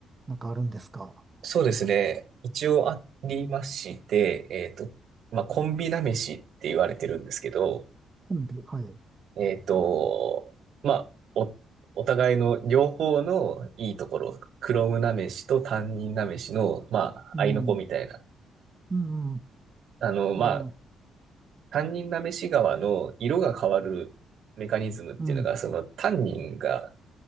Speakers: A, on the right; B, on the right.
A: なんかあるんですか
B: そうですね。一応ありまして、えっと、まあ、コンビなめしって言われてるんですけど、
A: コンビ、はい。
B: えっと、まあ、お、お互いの両方のいいところ、クロムなめしと担任なめしの、まあ、
A: うん。
B: 合いの子みたいな。
A: うん。
B: あの、まあ、
A: えー
B: 担任なめし側の色が変わるメカニズムっていうのが、
A: うん。
B: その担任が、